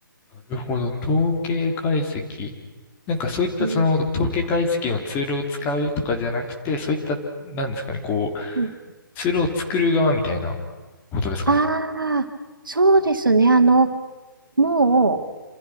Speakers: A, on the left; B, on the right.
A: なるほど。統計解析。なんかそういったその統計解析のツールを使うとかじゃなくて、
B: うん、
A: そういった、なんですかね、こう、
B: うん
A: ツールを作る側みたいなことですかね。
B: ああ、そうですね。あの、もう、